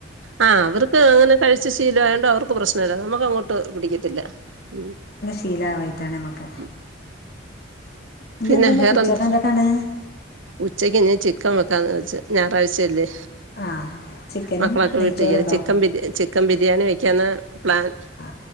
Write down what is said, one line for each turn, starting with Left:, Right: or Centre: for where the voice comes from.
Right: ആ അവർക്ക് അങ്ങനെ കഴിച്ചു ശിലയൊണ്ട് അവർക്ക് പ്രശ്നില്ല നമുക്ക് അങ്ങോട്ട് പിടിക്കത്തില്ല ഉം
Left: ഷീലാ ആവയിട്ടാണ് നമുക്ക്
Right: ഉം.
Left: ഇനി
Right: പിന്നെ
Left: എന്താന്നിട്ട്
Right: വെറന്ത്
Left: ഉച്ചക്ക് എന്തൊക്കെയാണ്
Right: ഉച്ചക്ക് ഇന്ന് ചിക്കൻ വെക്കാന്ന് വെച്ച് ഞായറാഴ്ചല്ലേ
Left: ആ ചിക്കനും
Right: മക്കളൊക്കെ
Left: നെയ്ച്ചോറുണ്ടോ
Right: വീടികെ ചിക്കൻ ബി ചിക്കൻ ബിരിയാണി വെക്കന്ന പ്ലാൻ
Left: ആ